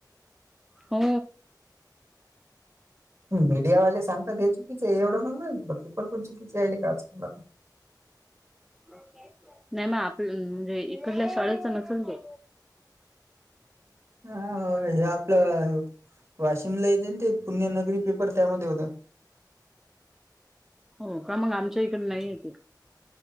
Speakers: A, in the centre; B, on the right.
A: हो
B: मीडियावाले सांगतात हे चुकीचें आहे एवढं पणं पेपर पणं चुकीचे आ आहेले का आजकालता
A: अ <unintelligible> <unintelligible> नाहीं मं आपलं म्हणजे इकडल्यां शाळेचं नसलं ते
B: हं हे आपलं वाशिमला येते नां ते पुण्यनगरी पेपर त्यांमध्ये होतं.
A: हो कां मगं आमच्या ईकडे नाहीं येते.